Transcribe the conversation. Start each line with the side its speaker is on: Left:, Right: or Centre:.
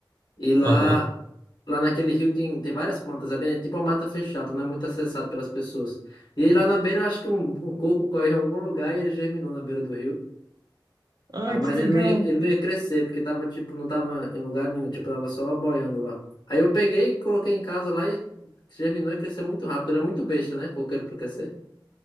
Left: e lá,
Right: Aham.
Left: lá naquele rio tem, tem várias plantas, é bem- é tipo uma mata fechada, não é muito acessado pelas pessoas. E aí lá na beira eu acho que um, um coco caiu em algum lugar e ele germinou na beira do rio.
Right: Ai,
Left: Ah, mas
Right: que legal.
Left: ele não ia, ele não ia crescer, porque tava tipo, não tava em lugar nenhum, tipo, tava só boiando lá. Aí eu peguei, coloquei em casa lá e ele germinou e cresceu muito rápido. Ele é muito besta, né? Coqueiro pra crescer.